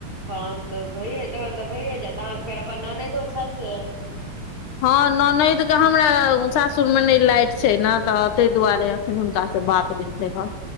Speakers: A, on the right (about 60°); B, on the left (about 75°).
A: हँ तऽ भैये तखन तऽ भैयए जायत अहाँके फेर अपन ननैदो छथि
B: हँ ननैद के हमरा सासुर मे नय लाइट छै नय तऽ तैय दुआरे हुनका से बात नै भेल हन